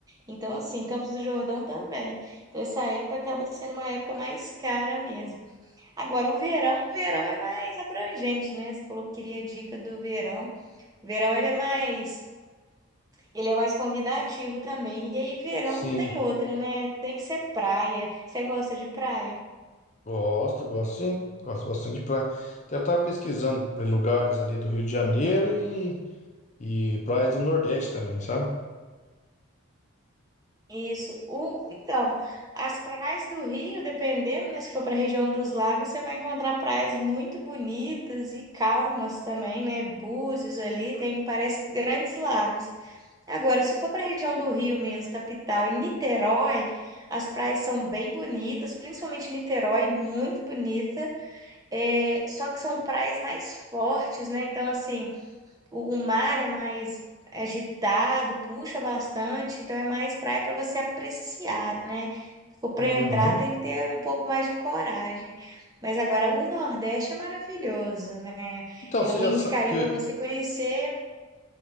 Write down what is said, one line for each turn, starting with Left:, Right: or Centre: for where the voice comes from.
Right: Então, assim, Campos do Jordão também. Então, essa época acaba sendo uma época mais cara mesmo. Agora, o verão, o verão é mais abrangente, né? Você falou que queria dica do verão. Verão ele é mais, ele é mais convidativo também. E aí verão
Left: sim.
Right: não tem outra, né? Tem que ser praia. Você gosta de praia?
Left: Gosto, gosto sim. Gosto bastante de praia. Até eu tava pesquisando lugares ali do Rio de Janeiro e, e praias do Nordeste também, sabe?
Right: Isso. O, então, as praias do Rio, dependendo, né, se for para a região dos lagos, você vai encontrar praias muito bonitas e calmas também, né? Búzios ali, tem, parece grandes lagos. Agora, se for para a região do Rio mesmo, capital, e Niterói, as praias são bem bonitas, principalmente Niterói, muito bonita. É, só que são praias mais fortes, né? Então, assim, o, o mar é mais agitado, puxa bastante, então é mais praia para você apreciar, né? Ou para
Left: Uhum.
Right: entrar tem que ter um pouco mais de coragem. Mas agora o Nordeste é maravilhoso, né?
Left: Então,
Right: Eu
Left: você já
Right: indicaria
Left: sabe.
Right: para você conhecer.